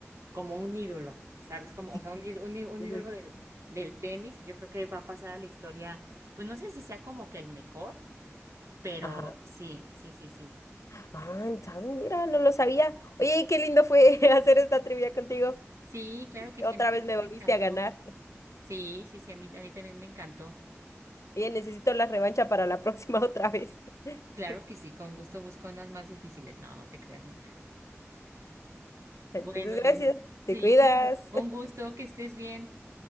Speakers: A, on the right; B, on the left.
A: como un ídolo, ¿sabes? Como,
B: Sí,
A: o sea, un, íd- un, í- un
B: ujú,
A: ídolo del del tenis, y yo creo que va a pasar a la historia, pues no sé si sea como que el mejor, pero
B: Ajá.
A: sí, sí, sí, sí.
B: Ah, ¿sabes? Mira, no lo sabía. Oye, qué lindo fue <laughs> hacer esta trivia contigo.
A: Sí, claro que
B: Otra
A: sí, a mí también
B: vez me volviste
A: me encantó.
B: a ganar.
A: Sí, sí, sí, a mí, a mí también me encantó.
B: Oye, necesito la revancha para la próxima otra vez. <laughs>
A: Claro que sí, con gusto busco unas más difíciles. No, no te creas, no.
B: Entonces,
A: Bueno, Glenn,
B: gracias.
A: sí,
B: Te cuidas.
A: pues un un gusto que estés bien.